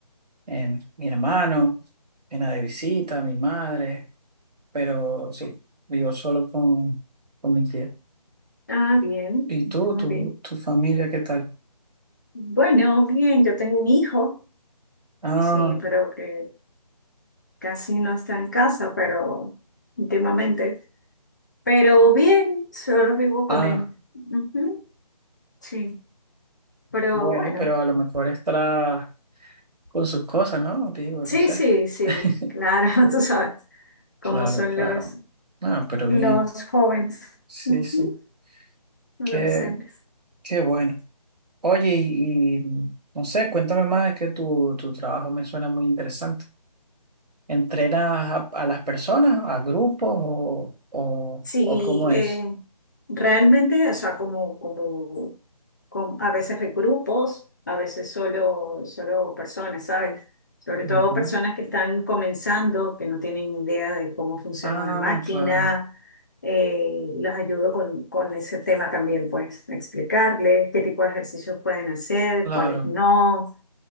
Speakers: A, on the right; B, on the left.
A: eh, mi hermano, viene de visita, mi madre. pero sí, vivo solo con, con mi tía.
B: Ah, bien,
A: ¿Y tú,
B: está muy
A: tu,
B: bien.
A: tu familia, qué tal?
B: Bueno, bien, yo tengo un hijo,
A: Ah,
B: sí, pero que Casi no está en casa, pero últimamente. Pero bien, solo vivo con
A: ah,
B: él. Ujú, Sí, pero
A: bueno,
B: bueno.
A: pero a lo mejor estará con sus cosas, ¿no? Digo,
B: Sí,
A: no sé.
B: sí, sí,
A: <laughs>
B: claro, <laughs> tú sabes cómo
A: Claro,
B: son
A: claro.
B: los,
A: Ah, pero
B: los
A: bien.
B: jóvenes,
A: Sí,
B: Ujú,
A: sí.
B: Adolescentes.
A: Qué, qué bueno. Oye, y, y, no sé, cuéntame más, es que tu, tu trabajo me suena muy interesante. ¿Entrenas a, a las personas, a grupos o, o,
B: Sí,
A: o cómo es?
B: eh, realmente, o sea, como, como, com- a veces hay grupos, a veces solo, solo personas, ¿sabes? Sobre todo
A: Ujú.
B: personas que están comenzando, que no tienen idea de cómo funciona
A: Ah,
B: una máquina.
A: claro.
B: Eh, los ayudo con, con ese tema también, pues, explicarles qué tipo de ejercicios pueden hacer,
A: Claro.
B: cuáles no.